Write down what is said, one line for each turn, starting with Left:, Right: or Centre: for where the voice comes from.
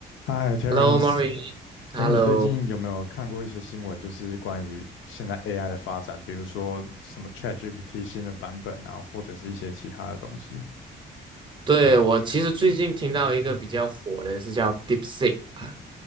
Left: 嗨，Terence，
Right: Hello, m o r i
Left: 哎，
Right: Hello，
Left: 你最近有没有看过一些新闻，就是关于现在 AI 的发展，比如说什么 ChatGPT 新的版本啊，或者是一些其他的东西？
Right: 对，我其实最近听到一个比较火的是叫 DeepSeek，啊